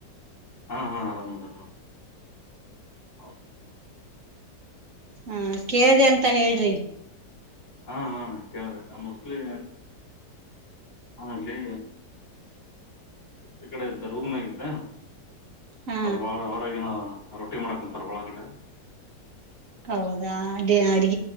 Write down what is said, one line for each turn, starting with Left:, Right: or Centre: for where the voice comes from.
Left: ಹಾ ಹಾ ಆರಾಮ ಆರಾಮ ಹೌ
Right: ಹಾ ಕೇಳ್ದ ಅಂತ ಹೇಳ್ರಿ
Left: ಹಾ ಹಾ ಕೇಳಿದೆ ಮೋಸ್ಟ್ಲಿ ಆಮಲ್ಲಿ ಈ ಕಡೆ ಇದ್ದ ರೂಮ್ಗಿದ್ದೆ
Right: ಹಾ
Left: ಅವರು ಅವರಗನೋ ರೊಟ್ಟಿ ಮಾಡಕ್ ಕುಂತಾರ ಒಳಗಡೆ
Right: ಹೌದಾ ಅ <unintelligible>